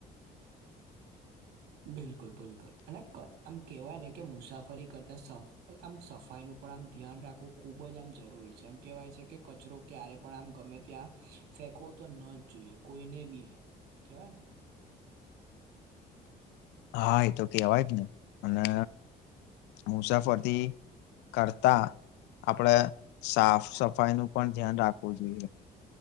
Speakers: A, on the right; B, on the left.
A: બિલકુલ, બિલકુલ. અને ક આમ કેવાય ને, કે મુસાફરી કરતા સફ આમ સફાઈનું પણ આમ ધ્યાન રાખવું ખૂબ જ આમ જરૂરી છે. એમ કેવાય છે કે, કચરો ક્યારે પણ આમ ગમે ત્યાં ફેકવો તો ન જ જોઈએ, કોઈને બી કેવાય ને.
B: હા, એતો કેવાય જ ને. અને મુસાફરથી કરતા, આપડે સાફ સફાઈ નું પણ ધ્યાન રાખવું જોઈએ.